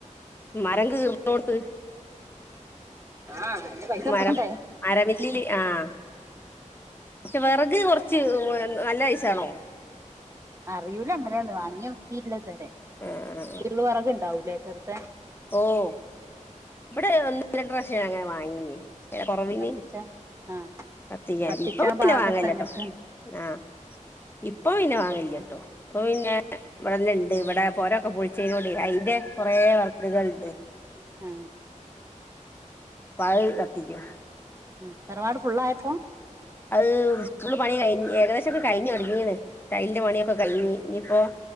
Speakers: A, on the left; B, on the right.
A: മരം കീർണോട്ത്ത്
B: ആഹ് അയിന് പൈസ
A: മരം
B: കൊടുക്കണ്ടേ
A: മരമില്ലില് ആഹ് പക്ഷേ വെറക് കൊറച്ച് നല്ല പെയ്സേണോ
B: അറിയൂല എങ്ങനെന്ന് വാങ്ങിയോക്കീടില്ലത് വരെ
A: ആഹ്
B: ച്ചീള് വറക്ണ്ടാവൂലേ ചെർത്
A: ഓഹ് ഇപടെ ഒന്ന് രണ്ട്‌ പ്രാവിശ്യം അങ്ങനെ വാങ്ങീന് കൊറവിന്
B: കത്തിച്ചാ ആഹ്
A: കത്തിക്കാനി
B: കത്തിച്ചാൻ
A: ഇപ്പ
B: പാകത്ത്
A: പിന്നെ വാങ്ങലില്ലട്ടോ
B: അങ്ങനത്തെ
A: ആഹ് ഇപ്പൊ പിന്നെ വാങ്ങലില്ലട്ടോ ഇപ്പൊ പിന്നെ ഇവിടൊന്ന്ണ്ട് ഇവിടെ പൊരൊക്കെ പൊളിച്ചീനെ കൊണ്ട് അയ്ന്റെ കൊറേ വന്ന് കണ്ട്.
B: ആഹ്.
A: <unintelligible>
B: ഉം തറവാട് ഫുള്ളായപ്പോ
A: അഹ് ഫുള്ള് പണി കഴിഞ്ഞ് ഏകദേശൊക്കെ കഴിഞ്ഞൊടെങ്ങീണ് റ്റൈൽന്റ പണിയൊക്ക കയ്ഞ്ഞ് ഇനിപ്പോ